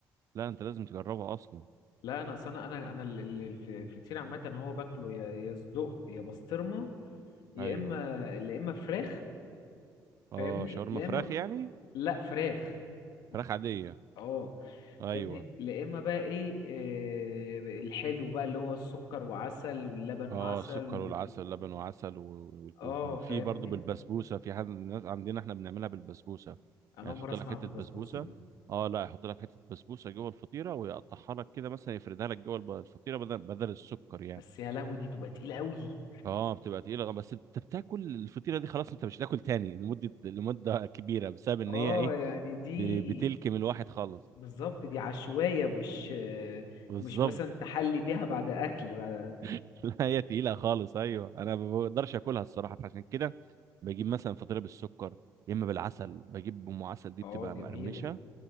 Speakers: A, on the right; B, on the left.
A: لا انت لازم تجربها اصلا
B: لا انا اصل انا انا انا ال- ال- الف- الفطير عامه هو باكله يا يا صدق يا بسطرمه يا
A: ايوه
B: اما يا اما فراخ
A: اه
B: فاهمني
A: شاورما
B: لا
A: فراخ
B: اما
A: يعني
B: لا فراخ <laughs>
A: فراخ عادية
B: اه
A: ايوه
B: فاهمني لا اما بقى ايه آه، الحلو بقى اللي هو السكر وعسل واللبن
A: اه
B: وعسل
A: السكر
B: و...
A: والعسل لبن وعسل و-
B: اه
A: و- وفي
B: فاهمني
A: برضه بالبسبوسه في حد من الناس عندنا احنا بنعملها بالبسبوسه
B: انا
A: يعني
B: اول
A: تحط
B: مره اسمع
A: لك حته
B: بالبسبوسه
A: بسبوسه
B: دي
A: اه لا يحط لك حته بسبوسه جوه الفطيره ويقطعها لك كده مثلا يفردها لك جوه الب- الفطيره بدل بدل السكر يعني
B: بس يا لهوي دي تبقى تقيله قوي
A: اه بتبقى تقيله آه، بس انت بتاكل الفطيره دي خلاص انت مش هتاكل تاني لمده لمده كبيره بسبب ان
B: اه
A: هي ايه
B: يعني دي
A: ب- بتلكم الواحد خالص
B: بالظبط دي عشوائيه مش آه،
A: بالظبط
B: مش مثلا تحلي بيها بعد اكل بعد
A: <laughs> لا هي تقيلة خالص أيوه أنا ما بقدرش آكلها الصراحة فعشان كده بجيب مثلا فطيرة بالسكر يا إما بالعسل بجيب أم عسل دي
B: اه
A: بتبقى
B: جميلة
A: مقرمشة